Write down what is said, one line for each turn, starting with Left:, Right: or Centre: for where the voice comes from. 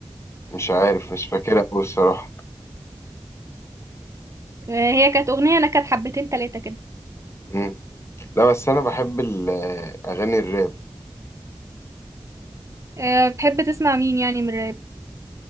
Left: مش عارف مش فاكرها قوي الصراحه
Right: هي كانت أغنية أنا كانت حبتين تلاتة كده
Left: مم. لا بس انا بحب ال- اغاني الراب
Right: آه، بتحب تسمع مين يعني من الراب